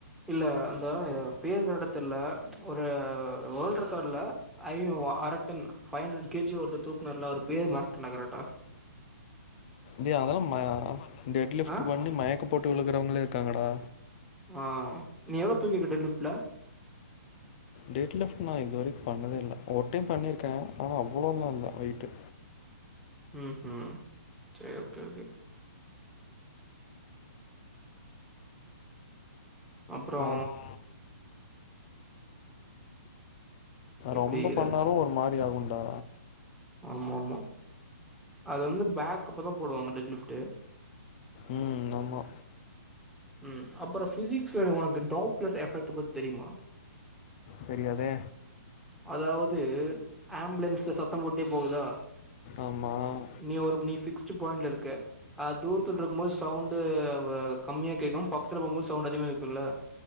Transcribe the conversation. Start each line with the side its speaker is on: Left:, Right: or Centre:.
Centre: இல்ல இந்த பேர் கரட்டா தெர்ல ஒரு வோல்ட் ரெக்கார்ட்ல ஐ அரட்டன் ஃபைவ் அண்டர் கேஜி ஒருத்தர் தூக்குனாரு ல அவரு பேர் மறந்துட்ட டா கரட்டா
Left: டே அதெல்லா டேட் லிஃப்ட்
Centre: ஆ
Left: பண்ணி மயக்க போட்டு விழுகறவங்கள இருக்காங்கடா
Centre: அஹ் நீ எவ்ளோ தூக்கிகிட்ட லிஃப்ட்ல
Left: டேட்ல ஃபுல்லா இது வரைக்கு பண்ணதே இல்ல ஒரு டைம் பண்ணிருக்க ஆனா அவ்ளோல்லா இல்ல வெயிட்டு
Centre: உஹும் செரி ஓகே ஓகே அப்றோ
Left: அது
Centre: எப்டி
Left: ரொம்ப
Centre: இத
Left: பண்ணாலும் ஒரு மாதிரி ஆகும்டா
Centre: ஆமா ஆமா அது வந்து பேக் அப்பதா போடுவாங்க அந்த லிஃப்ட்டு
Left: உம் ஆமா
Centre: உம் அப்பறோ ஃபிசிக்ஸ்ல உனக்கு டாப்லர் எஃபெக்ட் பத்தி தெரியுமா
Left: தெரியாதே
Centre: அதாவது ஆம்புலன்ஸ்ல சத்தோ போட்டே போகுதா
Left: ஆமாம்
Centre: நீ ஒரு நீ ஃபிக்ஸ்ட் பாயிண்ட்ல இருக்க ஆ துரத்துல இருக்கு போது சவுண்ட் கம்மியா கேட்கு பக்கத்துல போபோது சவுண்ட் அதிகமா கேக்கும்ல